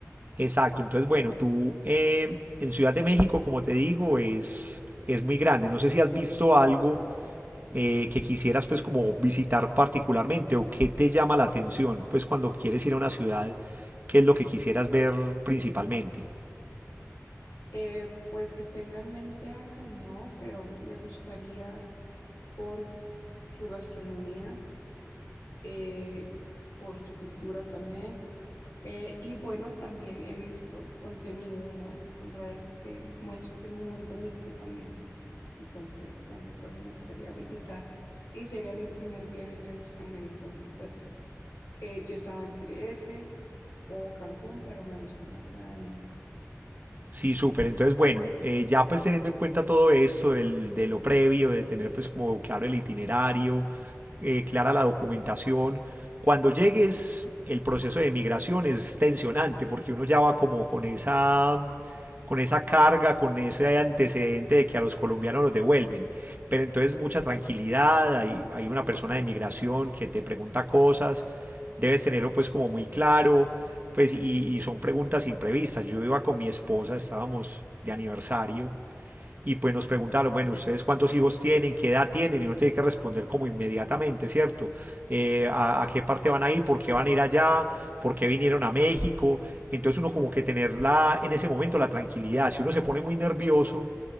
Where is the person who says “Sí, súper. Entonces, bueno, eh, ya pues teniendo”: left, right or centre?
Right